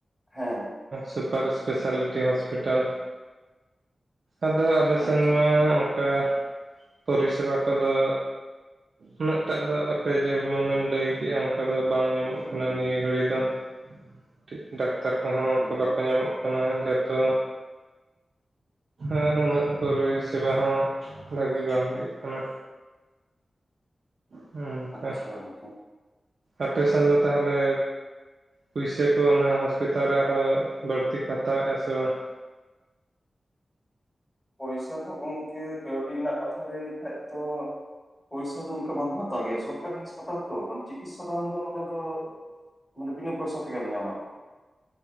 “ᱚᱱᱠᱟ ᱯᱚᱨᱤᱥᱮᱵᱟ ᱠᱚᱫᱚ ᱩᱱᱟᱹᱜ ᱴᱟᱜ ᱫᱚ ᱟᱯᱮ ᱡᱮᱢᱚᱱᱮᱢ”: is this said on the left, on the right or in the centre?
Right